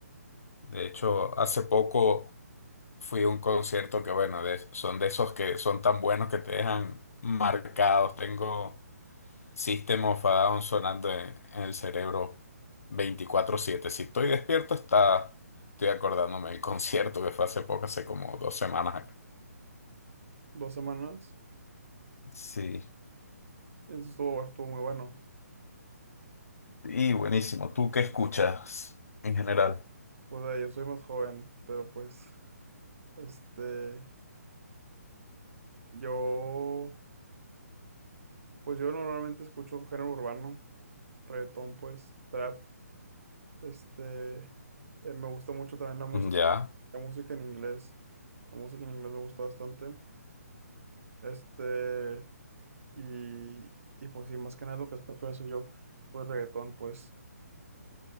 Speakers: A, on the left (about 60°); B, on the right (about 55°).
A: De hecho, hace poco... Fui a un concierto que, bueno, de- son de esos que son tan buenos que te dejan marcados. Tengo System of a Down sonando en, en el cerebro 24/7. Si estoy despierto, está, estoy acordándome del <laughs> concierto que fue hace poco, hace como dos semanas acá.
B: dos semanas,
A: Sí,
B: eso estuvo, estuvo muy bueno.
A: y buenísimo. ¿Tú qué escuchas en general?
B: Pues eh, yo soy más joven, pero pues, este, yo, pues yo normalmente escucho género urbano, reggaetón, pues, trap, este, eh, me gusta mucho también la música,
A: Ya,
B: la música en inglés, la música en inglés me gusta bastante, este, y, y pues sí, más que nada lo que escucho eso yo, pues reggaetón, pues.